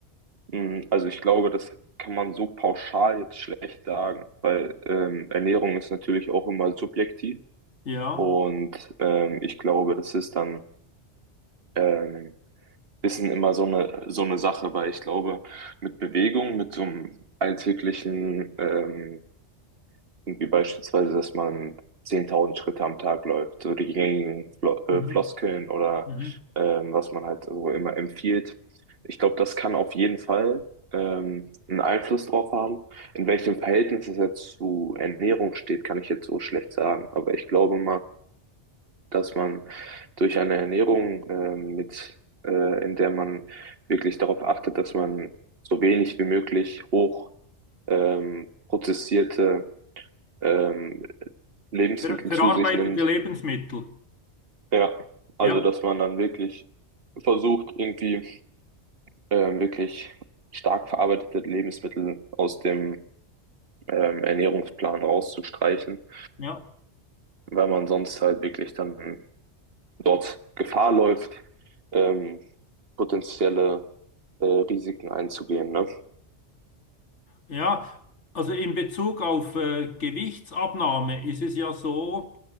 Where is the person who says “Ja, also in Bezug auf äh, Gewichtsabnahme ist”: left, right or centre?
Left